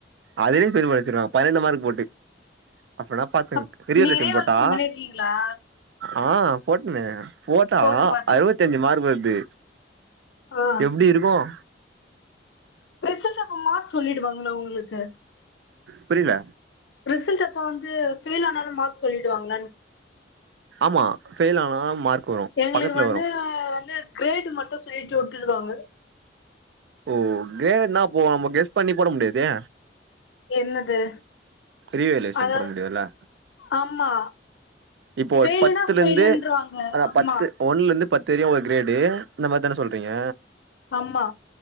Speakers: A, on the right; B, on the left.
A: அதுலயும் ஃபெயில் வச்சிருவாங்க பன்னிரெண்டு மார்க் போட்டு அப்பனா பாத்துங்க
B: அ
A: ரியலேஷன்
B: நீங்க ரீவால்யுவேஷன்
A: போட்டா
B: பண்ணிருக்கீங்களா
A: ஆ போட்னே போட்டா
B: போட்டு பாத்தி
A: அறுபத்தி அஞ்சு மார்க் வருது
B: ஆ
A: எப்டி இருக்கும்
B: ப்ரெசென்ட் அப்ப மார்க்சொல்லிடுவாங்களா உங்களுக்கு
A: புரியில
B: ரிசல்ட் அப்ப வந்து ஃபெயில் ஆனாலும் மார்க் சொல்லிடு வாங்களான்னு
A: ஆ ஃபெயில் ஆனாவுங்க மார்க் வரு
B: எங்களுக்கு
A: பக்கத்துல
B: வந்து
A: வரு
B: வந்து கிரேட் மட்டும் சொல்லிட்டு வுட் டுவாங்க
A: ஓ டே என்னா போ நம்ம கெஸ் பண்ணி போட முடியதே
B: என்னது
A: ரீவேல்யூஷன்
B: அத
A: போட முடியாதுல்ல
B: ஆமா
A: இப்போ
B: ஃபெயிலுனா
A: பத்துலந்து
B: ஃபெயிலுன்றுவாங்க
A: அத
B: அம்மா
A: பத்து ஒன் லந்து பத்து வரையு ஒரு கிரேடு இந்த மார் தான சொல்றீங்க
B: ஆமா